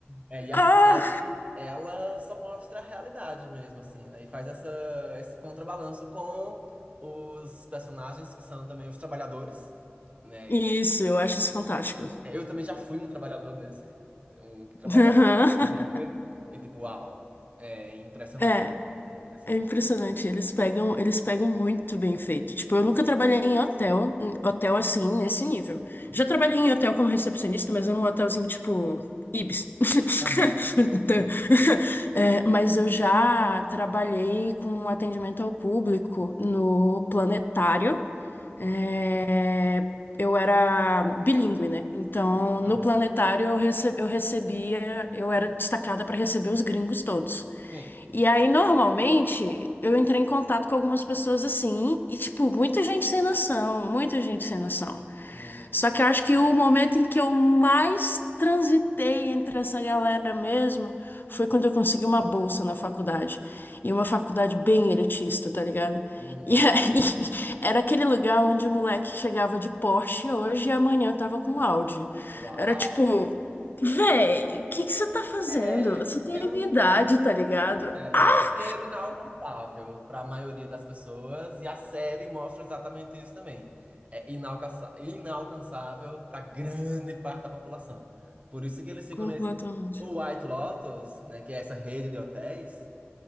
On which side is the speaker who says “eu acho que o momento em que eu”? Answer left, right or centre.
Left